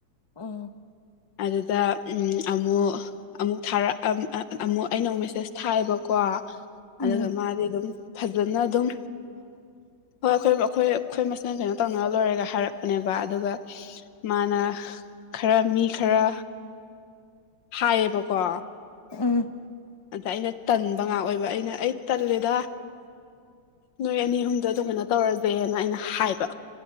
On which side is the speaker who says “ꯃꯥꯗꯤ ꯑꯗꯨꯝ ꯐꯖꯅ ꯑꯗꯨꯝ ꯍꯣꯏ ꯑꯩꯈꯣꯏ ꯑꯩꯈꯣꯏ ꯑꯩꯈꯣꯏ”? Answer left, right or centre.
Left